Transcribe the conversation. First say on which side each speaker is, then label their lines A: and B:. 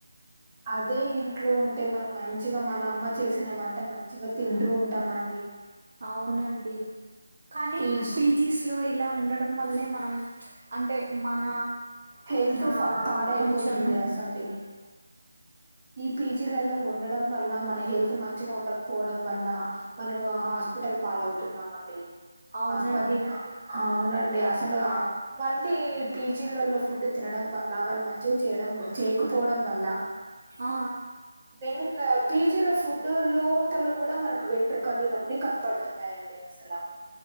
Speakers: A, on the right (about 30°); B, on the right (about 60°).
A: అదే ఇంట్లో ఉంటే మనం మంచిగా మన అమ్మ చేసిన వంట మంచిగా తింటూ ఉంటామండి
B: అవునండి కానీ
A: పీజ్
B: పీజీస్ లో ఇలా ఉండడం వల్లే మనం అంటే మన
A: హెల్త్
B: ఆ
A: ఫా పాడైపోతుంది
B: కొంచెం
A: అసంటి ఈ పీజీలలో ఉండడం వల్ల మన హెల్త్ మంచిగా ఉండకపోవడం వల్ల మనము హాస్పిటల్ పాలవుతున్నామండి
B: అవునండి
A: ఆస్పట్ ఆ అవునండి అసలు ఇది పీజీలలో ఫుడ్ తినడం వల్ల వాళ్ళు మంచిగా చేయడం చేయకపోవడం వల్ల
B: ఆ
A: వెంట పీజీలో ఫుడ్ లోపల కూడా మనకి వెంట్రుకలు ఇవన్నీ కనబడుతున్నాయండి అసలా